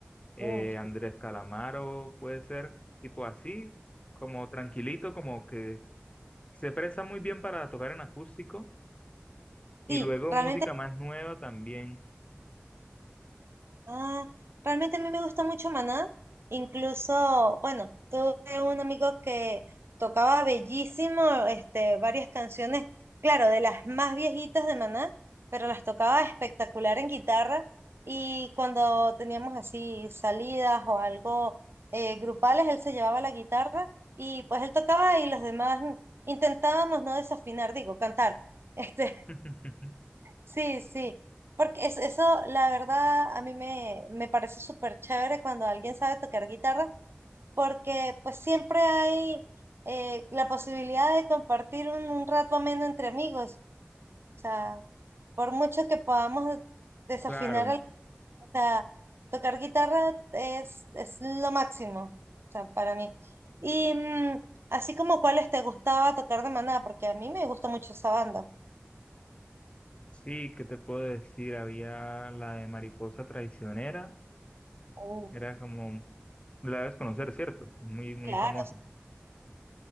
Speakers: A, on the left; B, on the right.
A: eh,
B: Mm,
A: Andrés Calamaro, puede ser tipo así, como tranquilito, como que se presta muy bien para tocar en acústico y
B: sí,
A: luego
B: realmente
A: música más nueva también.
B: Ah, realmente a mí me gusta mucho Maná. Incluso, bueno, tuve un amigo que tocaba bellísimo, este, varias canciones, claro, de las más viejitas de Maná, pero las tocaba espectacular en guitarra. Y cuando teníamos así salidas o algo eh, grupales, él se llevaba la guitarra y pues él tocaba y los demás mm, intentábamos no desafinar, digo, cantar. <laughs> este
A: <laughs>
B: Sí, sí, porque es, eso la verdad a mí me, me parece súper chévere cuando alguien sabe tocar guitarra, porque pues siempre hay eh, la posibilidad de compartir un, un rato ameno entre amigos, o sea, por mucho que podamos desafinar,
A: Claro,
B: al- o sea, tocar guitarra es, es lo máximo, o sea, para mí. Y mm, así como cuáles te gustaba tocar de Maná, porque a mí me gusta mucho esa banda.
A: sí, ¿qué te puedo decir? Había la de Mariposa Traicionera,
B: Uh,
A: era como, la debes conocer, ¿cierto? Muy, muy
B: claro,
A: famosa.